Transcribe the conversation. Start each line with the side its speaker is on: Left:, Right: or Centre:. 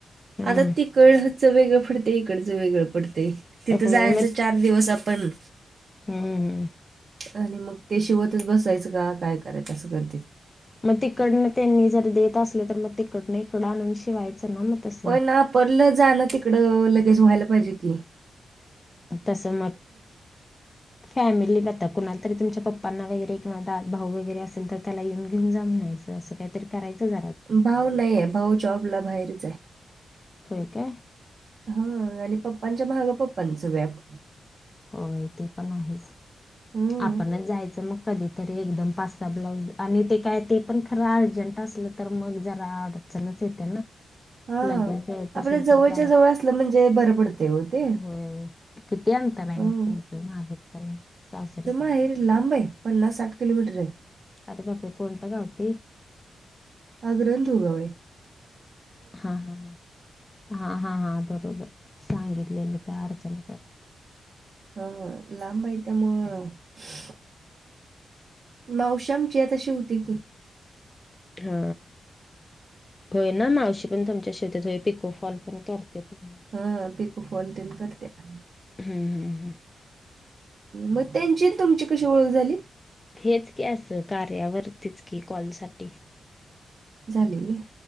Left: हम्म
Right: आता तिकड च वेगळं पडते इकडचं वेगळं पडते तिथं
Left: होय
Right: जायचं चार दिवस आपण
Left: हम हम
Right: आणि मग ते शेवतच बसायचं का काय करायचं असं करते ते
Left: मग तिकडनं त्यांनी जर देत असले तर मग तिकडनं इकडं आणून शिवायचं ना मग तसं.
Right: पण परलं जा ना तिकडं लगेच व्हायला पाहिजे कि
Left: तसं मग फॅमिली जता कणाला तरी तमच्या पप्पा पण्ना वगैरेिंवा दात भाऊ वगैरे असेल तर त्याला येऊन घेऊन जान्यायचं असं काहीत कयचंच
Right: भाऊ नाही आहे भाऊ जॉब ला बाहेरच आहे
Left: होय काय
Right: हा आणि पप्पांच्या महागा पप्पांच व्याप
Left: होय ते पण आहेच
Right: हम्म
Left: आपणच जायचं मग कधीतरी एकदम पाच स ब्लाऊज आणि ते काय ते पण खरं अर्जंट असलं तर मग जरा अर्ड अलच येते ना
Right: हा
Left: लगेच द्यायचं
Right: आपल्या
Left: असलं
Right: जवळच्या
Left: तर जाय
Right: जवळ असलं म्हणजे बरं पडते हो ते
Left: होय किती आणंतर आहे
Right: हम्म.
Left: मग तुमचं आहेर तर सासरे
Right: हर लाबाई पन्स साठ किलोमीटर आहे
Left: अरे बापरे कोणता गावते
Right: हा ग्रंथु कावे
Left: हा हा ह हा हा हा बरोबर सांगितलेलं त्या अर्चण
Right: हा लांबा इ त्या मग मावश्यामचीतशी होतील ती
Left: हा होय ना मावशी पण तमच्या शेवतीत होय पिकोफॉल पण करते तुम्ही
Right: हा पिकू फॉलदन करते्या
Left: हम्म हम्म हम्म.
Right: मग त्यांची तुमची कशी ओळख झाली
Left: हेच की असं कार्यावरतीच की कॉलसाठी
Right: झाली गे